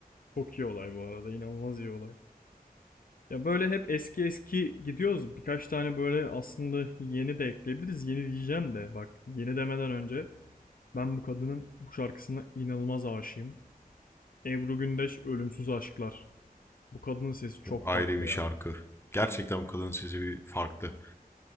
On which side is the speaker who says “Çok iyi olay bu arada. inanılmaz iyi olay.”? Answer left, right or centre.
Left